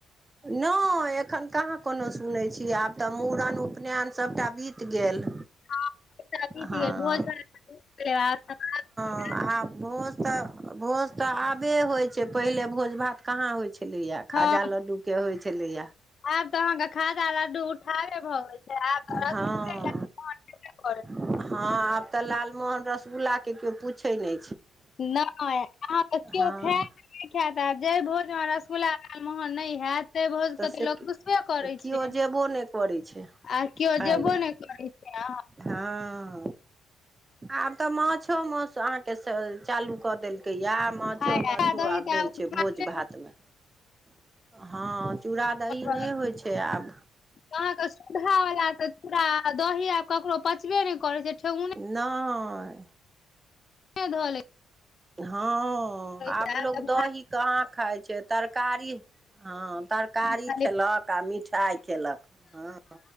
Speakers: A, on the right (about 20°); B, on the left (about 45°).
A: नय एखन कहाँ कोनो सुनै छियै आब त मूड़न उपनैन सभटा बीत बीत गेल।
B: <inaudible>
A: हँ हं आब भोज त भोज त आबे होइ छैय पहिले भोज भात कहाँ होइ छलैया
B: हँ
A: खाजा लड्डू के होइ छलैया।
B: आब त अहाँके खाजा लड्डू उठाबे भ गेल छैय। आब रसगुल्ले
A: हँ
B: लालमोहन <inaudible>
A: हँ आब त लालमोहन रसगुल्लाके क्यो पूछै नै।
B: नै अहाँके किओ
A: हँ
B: खाएत नै खैत आ जै भोजमे रसगुल्ला लालमोहन नै हैत तै भोजके
A: तऽ से
B: त लोग दुसबे करै
A: केओ
B: छैय
A: जेबो नहि करै छै
B: आर किओ
A: खाय
B: जेबो
A: लए
B: नै करै छैय। <inaudible>
A: हँ आब त मांछो माउस अहां के स चालू क देलकैया आब मांछो
B: खाय
A: तांछो
B: आ दही
A: आब
B: तऽ
A: दै छैय
B: उठाबे
A: भोज भातमे। हँ चूड़ा दही
B: आ
A: नै होइ छैय आब।
B: अहाँके सुधा वला त चूरा- दही आब ककरो पचबे नै करै छैय ठेहुने
A: नय।
B: ध लेय
A: हँ आब
B: छै
A: लोग
B: तऽ
A: दही कहाँ खाइ छैय। तरकारी हँ तरकारी
B: खाली
A: खेलक
B: खाली
A: आ मिठाइ खेलक हँ।